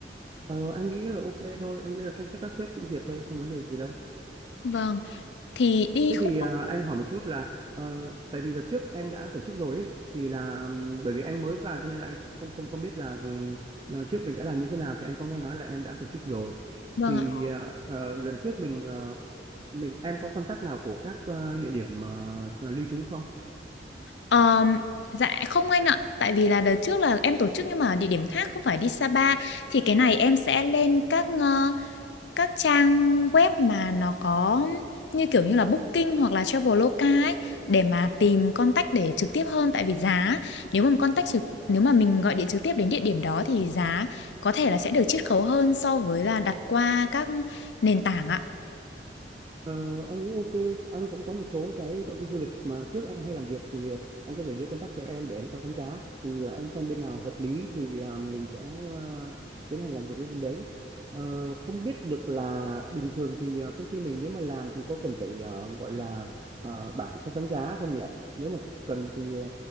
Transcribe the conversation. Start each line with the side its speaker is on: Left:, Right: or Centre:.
Right: ờ, anh nghĩ là ok thôi anh nghĩ là cái- chắc các sếp cũng duyệt thôi không vấn đề gì đâu
Left: Vâng, thì đi
Right: Thế
Left: không
Right: thì à, anh hỏi một chút là ờ, tại vì đợt trước em đã tổ chức rồi ấy, thì là ừm, bởi vì anh mới vào cho nên là anh không không không biết là ừm, ờ, trước mình đã làm như thế nào thì anh có nghe nói là em đã tổ chức rồi
Left: Vâng
Right: thì
Left: ạ.
Right: ờ, ờ, lần trước mình ờ, mình em có contact nào của các ờ, địa điểm ờ, lưu trú không?
Left: Ờm, dạ không anh ạ, tại vì là đợt trước là em tổ chức nhưng mà địa điểm khác không phải đi Sapa thì cái này em sẽ lên các ờ, các trang web mà nó có như kiểu như là Booking hoặc là Traveloka ấy để mà tìm contact để trực tiếp hơn tại vì giá nếu mà contact trực nếu mà mình gọi điện trực tiếp đến địa điểm đó thì giá có thể là sẽ được chiết khấu hơn so với là đặt qua các nền tảng ạ.
Right: Ờ, anh nghĩ ok, anh cũng có một số cái công ty du lịch mà trước em hay làm việc thì ờ, anh có thể đưa contact cho em để em so sánh giá thì ờ, em xem bên nào hợp lý thì ờ, mình sẽ ờ, tiến hành làm việc với bên đấy. Ờ, không biết được là bình thường thì ờ, công ty mình nếu mà làm thì có cần phải ờ, gọi là ờ, bảng so sánh giá không nhỉ? Nếu mà cần thì ờ,